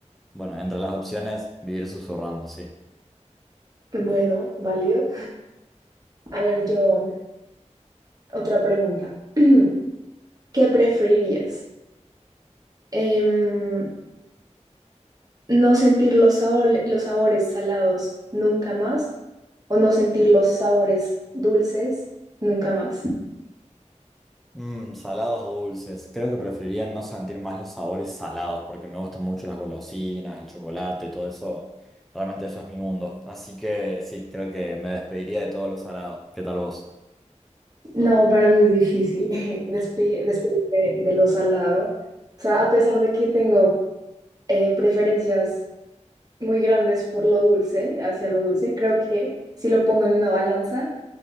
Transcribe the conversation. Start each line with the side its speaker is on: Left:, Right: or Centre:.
Centre: bueno, entre las opciones, vivir susurrando, sí.
Right: Bueno, válido. A ver, yo, otra pregunta. <clears throat> ¿Qué preferirías? Em, no sentir los sabole- los sabores salados nunca más o no sentir los sabores dulces nunca más.
Centre: Mm, salados o dulces. Creo que preferiría no sentir más los sabores salados porque me gustan mucho las golosinas, el chocolate, todo eso. Realmente eso es mi mundo. Así que sí, creo que me despediría de todo lo salado. ¿Qué tal vos?
Right: No, para mí es difícil <laughs> despe- despedirme de lo salado. O sea, a pesar de que tengo eh, preferencias muy grandes por lo dulce, hacia lo dulce, creo que si lo pongo en una balanza,